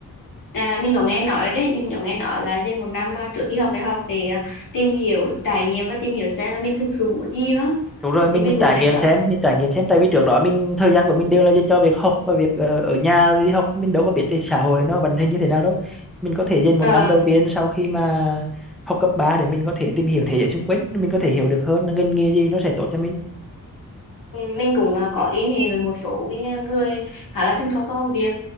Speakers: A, on the left (about 65°); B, in the centre.
A: à mình có nghe nói đấy mình có nghe nói là dành một năm à, trước khi học đại học để à, tìm hiểu trải nghiệm và tìm hiểu xem là mình thực sự muốn gì đó
B: đúng rồi mình
A: thì mình
B: mình
A: cũng
B: trải
A: nghe
B: nghiệm
A: nói
B: xem mình trải nghiệm xem tại vì trước đó mình thời gian của mình đều là dành cho việc học và việc ờ, ở nhà rồi đi học mình đâu có biết cái xã hội nó vận hành như thế nào đâu mình có thể dành một
A: ờ,
B: năm đầu tiên sau khi mà học cấp 3 để mình có thể tìm hiểu thế giới xung quanh mình có thể hiểu được hơn là ngành nghề gì nó sẽ tốt cho mình
A: Ừ, mình cũng à, có liên hệ với một số cái ờ, người khá là thân công trong công việc